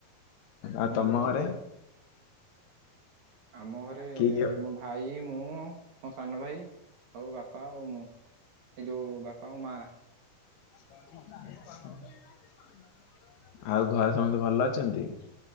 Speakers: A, on the left (about 80°); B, on the right (about 65°).
A: ଆଉ
B: ମୁଁ
A: ତମ
B: ବି ତ
A: ଘରେ?
B: ଆଉ ଆମ ଘରେ
A: କିଏ କିଏ
B: ମୋ ଭାଇ ମୁଁ ମୋ ସାନ ଭାଇ ଆଉ ବାପା ଆଉ ମୁଁ ଏ ଯୋଉ ବାପା ଆଉ ମା।
A: ଆଛା ଆଉ ଘରେ ସମସ୍ତେ ଭଲ ଅଛନ୍ତି?